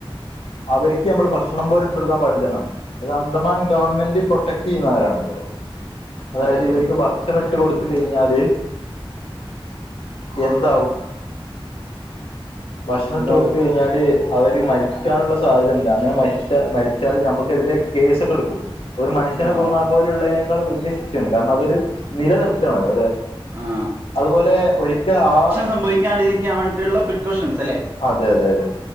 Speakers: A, on the left; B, on the right.
A: അവർക്ക് നമ്മൾ ഭക്ഷണം പോലും ഇട്ട് കൊടുക്കാൻ പാടില്ലന്നാണ് അത് അന്തമാൻ ഗവൺമെന്റ് പ്രൊട്ടക്ട് ചെയ്യുന്നവരാണല്ലോ അതായത്
B: അതെ അതെ
A: ഇവർക്ക്
B: അതെ
A: ഭക്ഷണം ഇട്ട് കൊടുത്ത് കഴിഞ്ഞാല് എന്താവും ഭക്ഷണം
B: എന്താവും
A: ഇട്ട് കൊടുത്ത് കഴിഞ്ഞാല് അവര് മരിക്കാനുള്ള സാധ്യത ഉണ്ട് അങ്ങനെ മ മരി മരിച്ചാല് നമുക്കെതിരെ കേസെക്കെട്ക്കും ഒരു മനുഷ്യനെ
B: ആ
A: കൊന്നാ ഇപോലുള്ളതിനേക്കാൾ വല്ല്യാ ശിക്ഷയാണ് കാരണം അതൊരു നിലനിർത്താണ്
B: ആ
A: അതുപോലെ ഒരിക്കെ ആഹ്
B: സംഭവിക്കാണ്ടി രിക്കാൻ വേണ്ടിയുളള പ്രിക്കോഷൻസ് അല്ലെ
A: അതെ അതെ അതെ